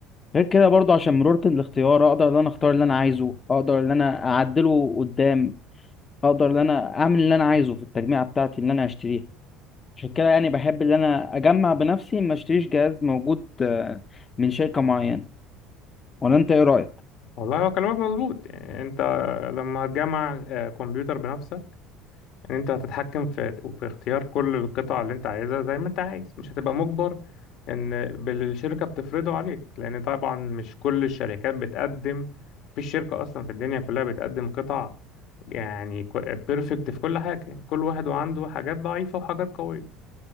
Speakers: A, on the left; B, on the left.
A: غير كده برضه عشان مرونه الاختيار اقدر ان انا اختار اللي انا عايزه اقدر ان انا اعدله قدام اقدر ان انا اعمل اللي انا عايزه في التجميعه بتاعتي اللي انا هشتريها عشان كده يعني بحب ان انا اجمع بنفسي ما اشتريش جهاز موجود آه، من شركه معينه ولا انت ايه رايك
B: والله هو كلامك مظبوط يعني انت لما هتجمع اه، كمبيوتر بنفسك ان انت هتتحكم في في اختيار كل القطع اللي انت عايزها زي ما انت عايز مش هتبقى مجبر ان بالشركة بتفرضه عليك لان طبعا مش كل الشركات بتقدم في الشركة اصلا في الدنيا كلها بتقدم قطع يعني بيرفكت في كل حاجة كل واحد وعنده حاجات ضعيفة وحاجات قوية